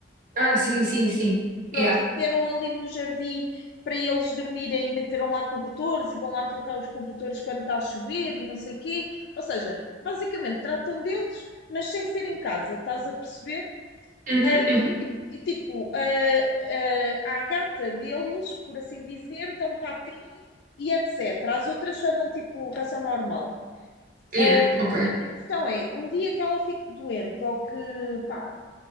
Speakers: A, on the right (about 50°); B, on the left (about 65°).
A: Ah, sim, sim, sim.
B: Pronto,
A: Yeah.
B: meteram ali no jardim para eles dormirem, meteram lá cobertores e vão lá trocar os cobertores quando está a chover e não sei o quê. Ou seja, basicamente tratam deles, mas sem ser em casa, estás a perceber?
A: Uhum,
B: Ah,
A: uhum.
B: e, e, tipo, a à gata deles, por assim dizer, dão patinho e etc. As outras só dão tipo ração normal.
A: Yeah,
B: Ah,
A: ok.
B: a minha questão é, um dia que ela fique doente ou que, pá,